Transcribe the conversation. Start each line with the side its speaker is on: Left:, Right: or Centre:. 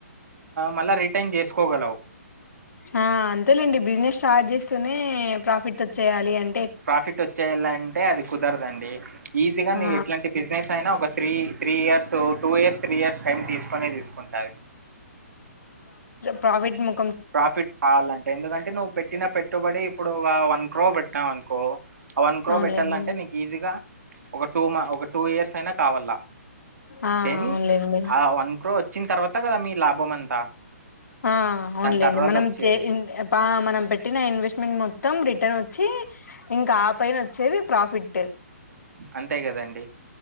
Right: మళ్ళా రిటర్న్ చేసుకోగలవు
Left: ఆ అంతేలేండి బిజినెస్ స్టార్ట్ చేస్తూనే ప్రాఫిట్ వచ్చేయాలి అం
Right: ప్రాఫిట్ వచ్చేయ్యలా అంటే అది కుదరదండి ఈజీగా నీవు
Left: ఆ
Right: ఎట్లాంటి బిజినెస్ అయినా ఒక three three years two years three years time తీసుకుొనే తీసుకుంటాది
Left: ప్రఫీడ్ ము
Right: ప్రాఫిట్ కావాలంటే ఎందుకంటే నువ్వు పెట్టిన పెట్టుబడి ఇప్పుడు ఒక వన్ క్రో పెట్టా వన్కో ఆ వన్ క్రో
Left: అవునులేండి
Right: పెట్టాలంటే నీకు ఈజీగా ఒక టూ ఒక టూ ఇయర్స్ అయినా కావాల
Left: ఆ
Right: దెన్
Left: అవునులేండి
Right: ఆ వన్ క్రో వచ్చిన తర్వాత కదా మీ లాభం అంతా
Left: ఆ అవునులేండి
Right: దాని తర్వాత
Left: మనం
Right: వచ్చేది
Left: జే ఇన్ బా మనం పెట్టిన ఇన్వెస్ట్మెంట్ మొత్ మొత్తం రిటర్న్ వచ్చి ఇంకా ఆ పైన వచ్చేది ప్రాఫిట్
Right: అంతే కదండి